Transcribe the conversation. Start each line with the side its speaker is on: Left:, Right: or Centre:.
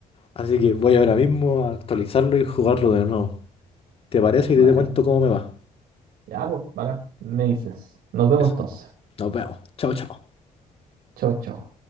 Left: Así que voy ahora mismo a actualizarlo y jugarlo de nuevo. ¿Te parece?
Right: Bueno,
Left: Y te cuento cómo me va.
Right: ya, pues, bacán. Me dices. Nos vemos
Left: Eso.
Right: entonces.
Left: Nos vemos. Chao, chao.
Right: Chau, chau.